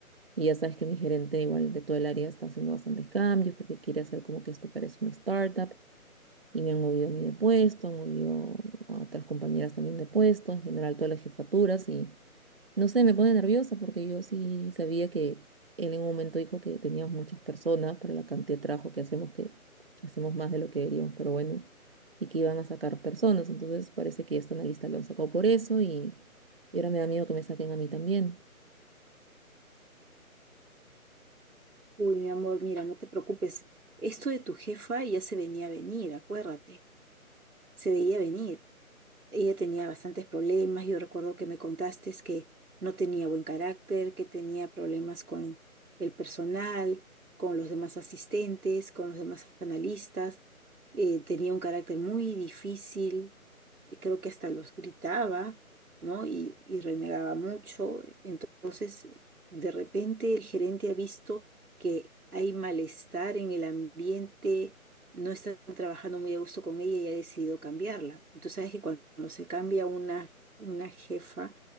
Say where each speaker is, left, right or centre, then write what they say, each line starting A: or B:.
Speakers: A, on the right; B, on the right.
A: Y ya sabes que mi gerente, igual de todo el área, está haciendo bastantes cambios porque quiere hacer como que esto parece una startup. y me han movido a mí de puesto, han movido a otras compañeras también de puesto, en general todas las jefaturas y no sé, me pone nerviosa porque yo sí sabía que él en un momento dijo que teníamos muchas personas para la cantidad de trabajo que hacemos, que hacemos más de lo que deberíamos, pero bueno, y que iban a sacar personas, entonces parece que esta analista lo han sacado por eso y, y ahora me da miedo que me saquen a mí también.
B: Uy, mi amor, mira, no te preocupes. Esto de tu jefa ya se venía a venir, acuérdate. Se veía venir. Ella tenía bastantes problemas. Yo recuerdo que me contaste es que no tenía buen carácter, que tenía problemas con el personal, con los demás asistentes, con los demás analistas. eh, tenía un carácter muy difícil. eh, Creo que hasta los gritaba, ¿no? Y, y renegaba mucho. Entonces, de repente el gerente ha visto que hay malestar en el ambiente no están trabajando muy a gusto con ella y ha decidido cambiarla. Entonces, sabes que cuando se cambia una, una jefa,